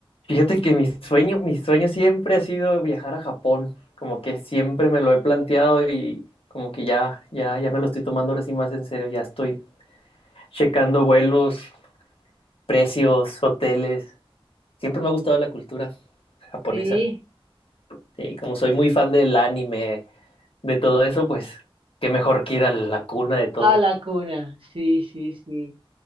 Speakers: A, on the left; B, on the right.
A: Fíjate que mi sueño, mi sueño siempre ha sido viajar a Japón. Como que siempre me lo he planteado y como que ya, ya, ya me lo estoy tomando ahora sí más en serio. Ya estoy checando vuelos, precios, hoteles. Siempre me ha gustado la cultura japonesa.
B: Sí.
A: Sí, como soy muy fan del anime, de todo eso, pues qué mejor que ir a la cuna de todo.
B: A la cuna, sí, sí, sí.